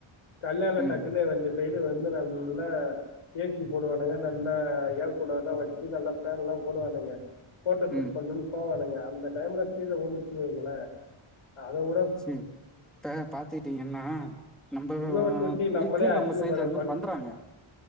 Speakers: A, on the left; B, in the centre.
A: கல்யாண டக்குனே
B: ம்
A: வந்து சைடு வந்து நல்ல ஏசி போடுவானுங்க நல்ல ஏர் கூலர் எல்லா வச்சு நல்ல பேன்ல போடுவானுங்க போட்டோஷூட்
B: ம்
A: பண்ணுனு போவானுங்க அந்த டைம்ல கிழ ஊதுச்சினு வைக்கலே அத உ
B: சரி இப்ப பாத்துட்டீங்கன்னா நம்ம
A: உழவை கொட்டி நம்மளே
B: விக்கு
A: அசிங்கப்பட
B: நம்ம சைடல இருந்து
A: பல்ப்
B: பண்றாங்க